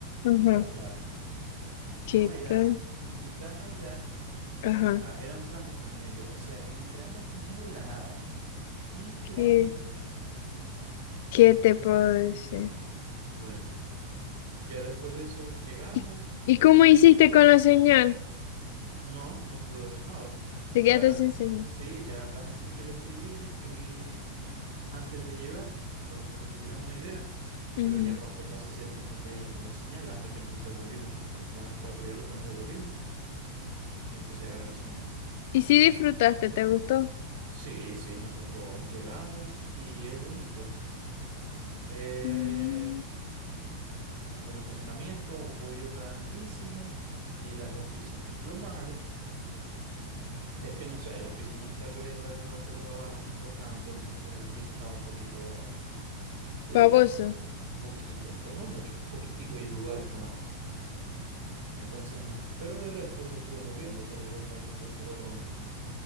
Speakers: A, on the left; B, on the right.
A: Ajá.
B: y la Polar.
A: ¿Qué
B: No era
A: tal?
B: ni tan allá ni
A: Ajá.
B: tan acá, era un tramo en el medio, o sea, literalmente en medio de la nada, literalmente.
A: ¿Qué, qué te puedo decir?
B: Bueno, ya después de eso llegamos,
A: ¿Y, y cómo
B: mm,
A: hiciste con la señal?
B: no, no pude hacer nada.
A: Te
B: Ya
A: quedaste
B: la,
A: sin
B: gen-
A: señal.
B: sí, ya la gente que le escribí, le escribí antes de llegar para que tuvieran una idea,
A: Ujú.
B: pero ya cuando pasé cierto punto ya no tenía señal hasta que nos devolvimos, que fue como a las cuatro y algo que nos devolvimos y empecé a agarrar señal.
A: ¿Y si disfrutaste? ¿Te gustó?
B: Sí, sí, nosotros llegamos y es bonito. Eh,
A: Mm,
B: por ejemplo, el estacionamiento, un bohío grandísimo y las dos piscinas. Lo malo es que no sé, las piscinas tal vez la última vez que los lavaron no fue tanto, entonces el piso estaba un poquito, eh,
A: Famoso.
B: un poquito, pero no mucho, poquitico y en lugares nada más. Entonces, ajá. Pero de resto sí estuvo muy bien, vos sabéis, aparte que fueron